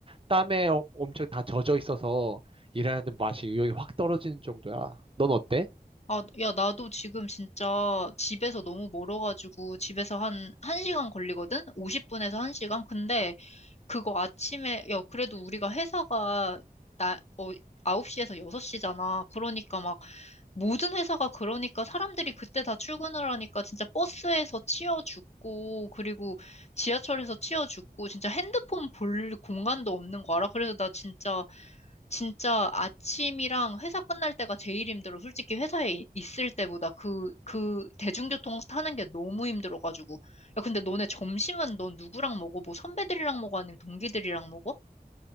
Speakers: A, on the right; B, on the left.
A: 땀에 어- 엄청 다 젖어 있어서 일하는 맛이 의욕이 확 떨어지는 정도야. 넌 어때?
B: 아, 야, 나도 지금 진짜 집에서 너무 멀어가지고 집에서 한, 한시간 걸리거든? 50분에서 한시간 근데 그거 아침에, 야, 그래도 우리가 회사가 나, 어, 9시에서 6시잖아. 그러니까 막 모든 회사가 그러니까 사람들이 그때 다 출근을 하니까 진짜 버스에서 치여 죽고 그리고 지하철에서 치여 죽고 진짜 핸드폰 볼 공간도 없는 거 알아? 그래서 나 진짜 진짜 아침이랑 회사 끝날 때가 제일 힘들어. 솔직히 회사에 이- 있을 때보다 그, 그 대중교통 타는 게 너무 힘들어가지고. 야, 근데 너네 점심은 넌 누구랑 먹어? 뭐 선배들이랑 먹어? 아니면 동기들이랑 먹어?